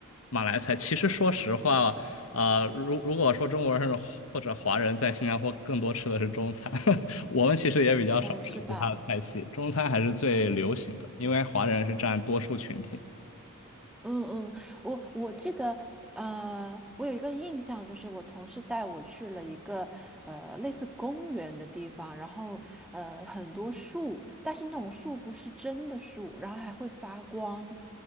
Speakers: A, on the left; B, in the centre.
A: 马来菜。其实说实话，啊，呃如如果说中国人或者华人在新加坡更多吃的是中餐，<laughs> 我们其实也比较少吃其他的菜系，
B: 哦是吧？
A: 中餐还是最流行的，因为华人是占多数群体。
B: 嗯嗯，我我记得呃我有一个印象，就是我同事带我去了一个呃类似公园的地方，然后呃很多树，但是那种树不是真的树，然后还会发光。